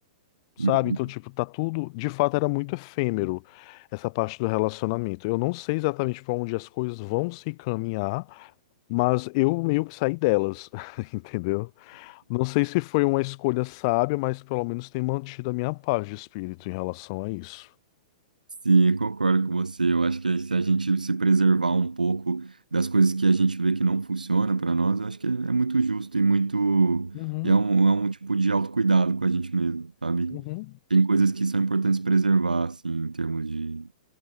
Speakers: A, on the left; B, on the right.
A: sabe?
B: Uhum.
A: Então, tipo, tá tudo, de fato, era muito efêmero essa parte do relacionamento. Eu não sei exatamente para onde as coisas vão se caminhar, mas eu meio que saí delas, <laughs> entendeu? Não sei se foi uma escolha sábia, mas pelo menos tem mantido a minha paz de espírito em relação a isso.
B: Sim, eu concordo com você. Eu acho que se a gente se preservar um pouco das coisas que a gente vê que não funciona para nós, eu acho que é é muito justo e muito.
A: Uhum,
B: E é um, é um tipo de autocuidado com a gente mesmo, sabe?
A: uhum,
B: Tem coisas que são importantes preservar, assim, em termos de.